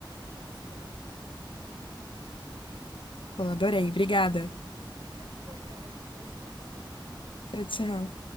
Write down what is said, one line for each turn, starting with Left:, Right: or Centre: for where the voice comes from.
Right: Pode ser, tá ótimo por mim.
Left: Pô, adorei, obrigada.
Right: <laughs> Por nada, tchau, tchau.
Left: Tchau, tchau.